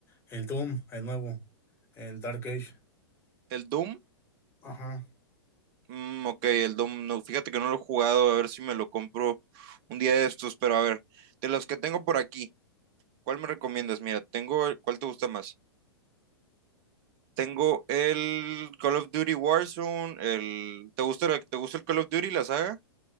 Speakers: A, on the left; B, on the right.
A: el Doom, el nuevo, el Dark Age.
B: ¿El Doom?
A: Ajá.
B: Mm, ok, el Doom, no, fíjate que no lo he jugado, a ver si me lo compro un día de estos, pero a ver, de los que tengo por aquí, ¿cuál me recomiendas? Mira, tengo, el- ¿cuál te gusta más? Tengo el Call of Duty Warzone, el, ¿te gusta, el- te gusta el Call of Duty, la saga?